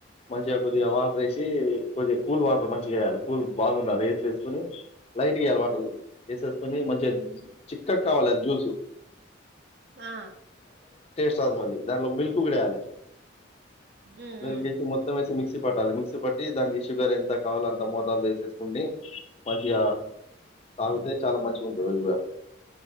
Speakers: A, on the left; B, on the right.
A: మంచిగా కొద్దిగా వాటర్ వేసి కొద్దిగా కూల్ వాటర్ మంచిగా వేయాలి కూల్ బాగుండాలి వేసి వేసుకొని లైట్ అలవాట
B: హ్మ్.
A: వేసేసుకొని మంచిగా
B: హ్మ్.
A: చిక్కకు కావాలి అది జ్యూసు
B: ఆ
A: ప్రసా మ దానిలో మిల్క్ కూడా వేయాలి
B: హ్మ్.
A: మిల్క్
B: హ్మ్.
A: వే మొత్తం వ మిక్ మిక్సీ పట్టాలి మిక్సీ పట్టి దానికి షుగర్ ఎంత కావాలో అంత మోతాలు వేసేసుకుంటని మంచిగా తాగుతే చాలా మంచిగా ఉంటంది ఇది కూడా